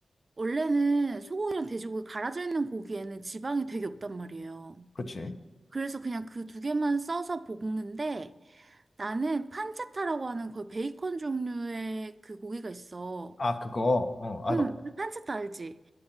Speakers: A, on the right; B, on the left.
A: 원래는 소고기랑 돼지고기 갈아져 있는 고기에는 지방이 되게 없단 말이에요.
B: 그렇지.
A: 그래서 그냥 그 두 개만 써서 볶는데, 나는 판체타라고 하는 거의 베이컨 종류의 그 고기가 있어. 어.
B: 아, 그거, 어, 알아.
A: 음, 판체타 알지?